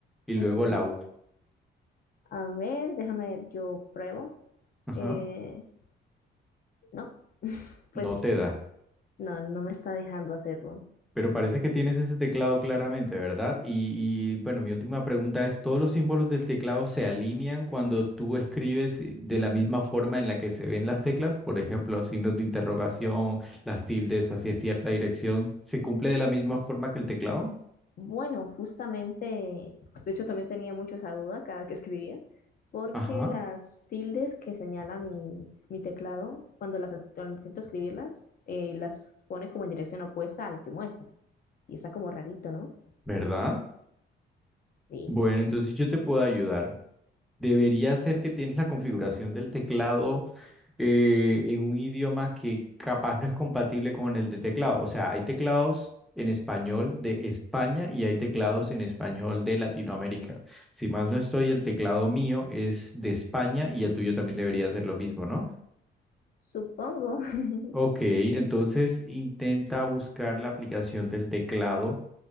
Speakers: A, in the centre; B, on the left (about 50°).
A: y luego
B: Ujú.
A: la U.
B: A ver, déjame ver, yo pruebo.
A: Ajá,
B: Eh, no, <laughs> pues
A: no te da.
B: no, no me está dejando hacerlo.
A: Pero parece que tienes ese teclado claramente, ¿verdad? Y, y, bueno, mi última pregunta es, ¿todos los símbolos del teclado se alinean cuando tú escribes eh, de la misma forma en la que se ven las teclas? Por ejemplo, signos de interrogación, las tildes hacia cierta dirección, ¿se cumple de la misma forma que el teclado?
B: Bueno, justamente, de hecho también tenía mucho esa duda cada que escribía, porque
A: Ajá.
B: las tildes que señala mi, mi teclado, cuando las es- cuando intento escribirlas, eh, las pone como en dirección opuesta a lo que muestra. Y está como rarito, ¿no?
A: ¿Verdad?
B: Sí,
A: Bueno, entonces yo te puedo ayudar. Debería ser que tienes la configuración del teclado. eh, en un idioma que capaz no es compatible con el de teclado. O sea, hay teclados en español de España y hay teclados en español de Latinoamérica. Si mal no estoy, el teclado mío es de España y el tuyo también debería ser lo mismo, ¿no?
B: supongo. <laughs>
A: Ok, entonces intenta buscar la aplicación del teclado